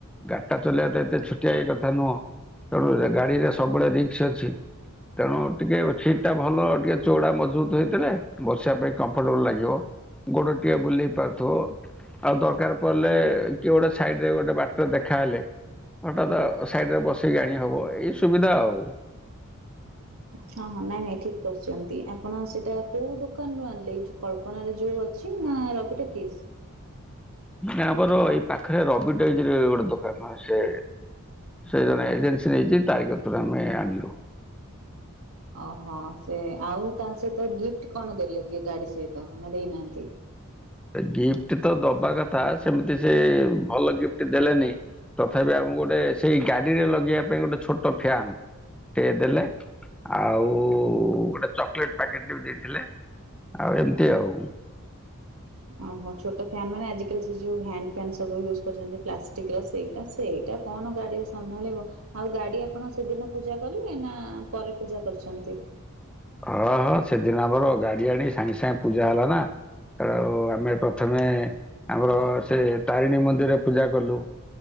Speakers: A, in the centre; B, on the right.
A: ଗାଡିଟା ଚଲେଇବା ତ ଏତେ ଛୁଟିଆଇ କଥା ନୁହଁ ତେଣୁ ଗାଡିରେ ସବୁବେଳେ ରିକ୍ସ ଅଛି। ତେଣୁ ଟିକେ ଠ ଟା ଭଲ ଟିକେ ଚୋଡା ମଜବୁତ ହେଇଥିଲେ ବସିବା ପାଇଁ କମ୍ଫର୍ଟେବଲ ଲାଗିବ। ଗୋଡଟିଏ ବୁଲେଇ ପାରୁଥିବ। ଆଉ ଦରକାର ପଡ଼ିଲେ କି ଗୋଟେ ସାଇଡ ରେ ଗୋଟେ ବାଟର ଦେଖାହଲେ ହଠାତ୍ ସାଇଡ ରେ ବସେଇକି ଆଣି ହବ ଏଇ ସୁବିଧା ଆଉ
B: ହଁ ହଁ ନାଇଁ ନାଇଁ ଠିକ କରିୁଛନ୍ତି। ଆପଣ ସେଇଟା କୋଉ ଦୋକାନୁ ରୁ ଆଣିଲେ ଏଇ ଯୋଉ କଳ? ନରେ ଯୋଉ ଅଛି ନା ରବି ଟକିସ୍
A: ଆମର ଏଇ ପାଖରେ ରବିଟକିଜ୍ ରେ ଗୋଟେ ଦୋକାନ ସେ ସେ ଜଣେ ଏଜେନ୍ସି ନେଇଛି ତାରିଖତରେ ଆମେ ଆଣିଲୁ।
B: ଓହୋ ସେ ଆଉ ତା ସହିତ ଗିଫ୍ଟ କଣ ଦେଲେ କିଏ ଗାଡି ସହିତ ନା ଦେଇନାହାନ୍ତି।
A: ଗିଫ୍ଟ ତ ଦବା କଥା, ସେମିତି ସେ ଭଲ ଗିଫ୍ଟ ଦେଲେନି। ତଥାପି ଆମକୁ ଗୋଟେ ସେଇ ଗାଡିରେ ଲଗେଇବା ପାଇଁ ଗୋଟେ ଛୋଟ ଫ୍ୟାନ ଟେ ଦେଲେ ଆଉ ଗୋଟେ ଚକଲେଟ ପ୍ୟାକେଟ ବି ଦେଇଥିଲେ ଆଉ ଏମିତି ଆଉ
B: ଓହୋ ଛୋଟ ଫ୍ୟାାନ ମାନେ ଆଜିକାଲି ସେ ଯୋଉ ହ୍ୟାଣ୍ଡ ଫ ସବୁ ୟୁଜ କରିଛନ୍ତି ପ୍ଲାଷ୍ଟିକ ର ସେଇଟା ସେଇଟା କଣ ଗାଡ଼ି ସମ୍ଭାଳିବ? ଆଉ ଗାଡି ଆପଣ ସେଦିନ ପୂଜା କଲେ ନା ପରେ ପୂଜା କରୁଛନ୍ତି।
A: ହଁ ହଁ ସେଦିନ ଆମର ଗାଡି ଆଣି ସାଙ୍ଗେ ସାଙ୍ଗେ ପୂଜା ହେଲା ନା। ଉ ଆମେ ପ୍ରଥମେ ଆମର ସେ ତାରିଣୀ ମନ୍ଦିରରେ ପୂଜା କଲୁ।